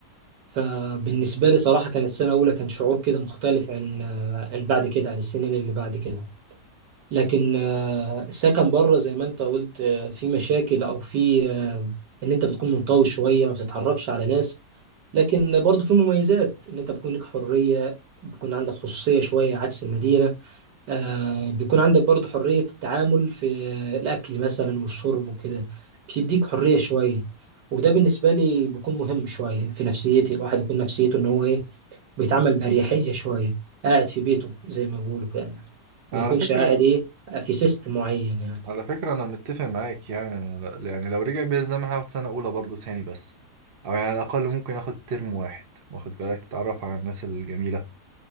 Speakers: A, on the right; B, on the right.
A: فبالنسبه لي صراحه كانت السنه الاولى كان شعور كده مختلف عن عن بعد كده عن السنين اللي بعد كده لكن آه، السكن بره زي ما انت قلت آه، في مشاكل او في آه، ان انت بتكون منطوي شويه ما بتتعرفش على ناس لكن برضه في مميزات ان انت بتكون لك حريه بيكون عندك خصوصيه شويه عكس المدينه آه بيكون عندك برضو حرية التعامل في الأكل مثلا والشرب وكده بتديك حرية شوية وده بالنسبة لي بيكون مهم شوية في نفسيتي الواحد يكون نفسيته إن هو إيه بيتعامل بأريحية شوية قاعد في بيته زي ما بيقولوا كده يعني. ما
B: أنا
A: يكونش
B: على فكرة
A: قاعد إيه في سيستم معين يعني
B: على فكرة أنا متفق معاك يعني أنا ل- يعني لو رجع بيا الزمن هاخد سنة أولى برضه تاني بس أو يعني على الأقل ممكن آخد ترم واحد واخد بالك تتعرف على الناس الجميلة